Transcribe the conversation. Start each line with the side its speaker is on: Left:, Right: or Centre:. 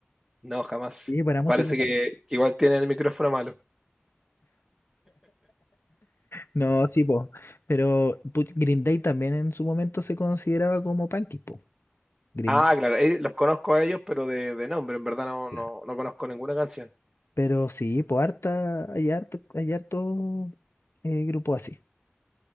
Centre: No, jamás.
Left: Sí, para música.
Centre: Parece que, que igual tienen el micrófono malo.
Left: No, sí, po. Pero put- Green Day también en su momento se consideraba como punky, po. Green
Centre: Ah,
Left: Day,
Centre: claro, eh, los conozco a ellos, pero de, de nombre, en verdad no,
Left: claro.
Centre: no, no conozco ninguna canción.
Left: Pero sí, po, harta, hay harto, hay harto eh, grupo así.